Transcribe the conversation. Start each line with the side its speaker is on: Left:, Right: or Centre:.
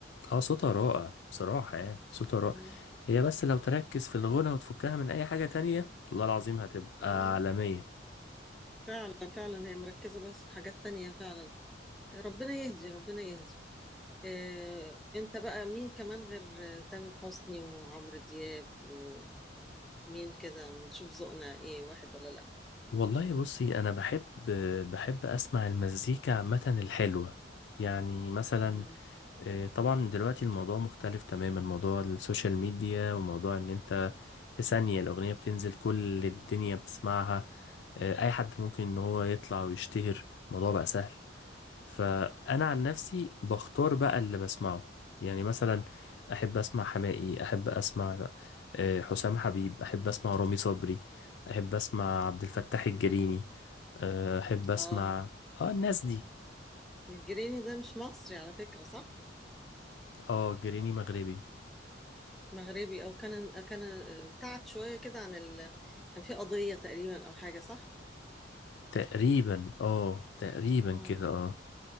Left: اه صوتها رائع بصراحة يعني صوتها رائع
Centre: مم.
Left: هي بس لو تركز في الغنى وتفكها من اي حاجة تانية والله العظيم هتبقى
Centre: اه
Left: عالمية
Centre: فعلا فعلا هي مركزة بس في حاجات تانية فعلا ربنا يهدي ربنا يهدي آه انت بقى مين كمان غير آه، تامر حسني وعمرو دياب ومين كده نشوف ذوقنا ايه واحد ولا لا
Left: والله بصي انا بحب بحب اسمع المزيكا عامة الحلوة يعني مثلا
Centre: مم.
Left: آه، طبعا دلوقتي الموضوع مختلف تماما موضوع السوشيال ميديا وموضوع ان انت في ثانية الاغنية بتنزل كل الدنيا بتسمعها آه، اي حد ممكن ان هو يطلع ويشتهر الموضوع بقى سهل فانا عن نفسي بختار بقى اللي بسمعه يعني مثلا احب اسمع حماقي احب اسمع آه، حسام حبيب احب اسمع رامي صبري احب اسمع عبد الفتاح الجريني
Centre: مم.
Left: آه، احب اسمع
Centre: اه
Left: اه الناس دي
Centre: الجريني ده مش مصري على فكرة صح؟
Left: اه جريني مغربي
Centre: مغربي او كان كان ابتعد شويه كده عن ال... كان في قضيه تقريبا او حاجه صح
Left: تقريبا اه تقريبا
Centre: اه
Left: كده اه